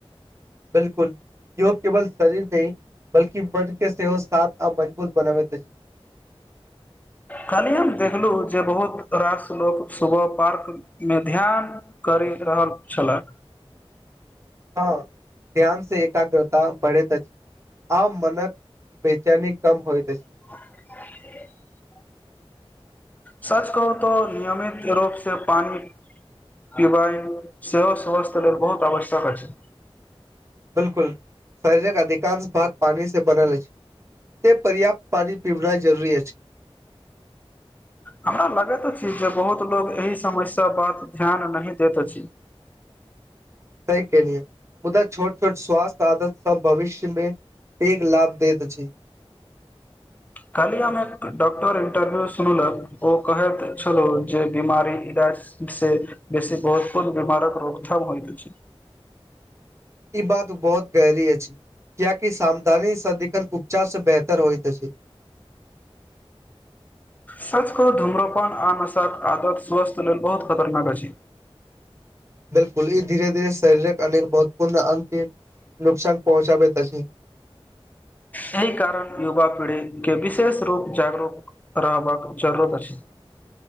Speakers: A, on the right; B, on the left.
A: बिलकुल योग केवल शरीर नहि बल्कि मन के सेहो साथ आ मजबूत बनाबैत अछि <inaudible>
B: कल्हिय हम देखलहु जे बहुत रास लोक सुबह पार्क मे ध्यान करैत रहल छल
A: हँ ध्यान से एकाग्रता बढ़ैत अछि आ मनत बेचानी कम होइ त छै
B: से <inaudible> सच कहू तो नियमित रूप से पानी क्यबइन सेहो समस्त लेल बहुत आवश्यक अछि
A: बिलकुल शरीरक अधिकांश भाग पानी से बनल अछि से पर्याप्त पानि पीबना जरुरी अछि
B: हमरा लगैत अछि जे बहुत लोग एहि समस्या ब ध्यान नहि दैत अछि
A: सही केेलिय मुदा छोट छोट स्वास्थ्य आदत सब भविष्यमे पेघ लाभ दैत छै
B: काली हम एक डॉक्टर इंटरव्यू सुनलक ओ कहैत छलो जे बीमारी से बेसी बहुत कोत बीमारक रोकथाम हो द छै
A: ई बात बहुत गहरी अछि कियाकि सावधानी सदिखन उपचार से बेहतर होइत अछि
B: सच कहु धूम्रपान आ नसाक आदत स्वस्थ लेल बहुत खतरनाक अछि
A: बिल्कुल ई धीरे धीरे शरीरक अनेक महत्वपूर्ण अंगकेँ नुकसान पहुँचाबैत अछि
B: एहि कारण युवा पीढ़ीकेँ विशेष रूप जागरूक रहबाक जरूरत अछि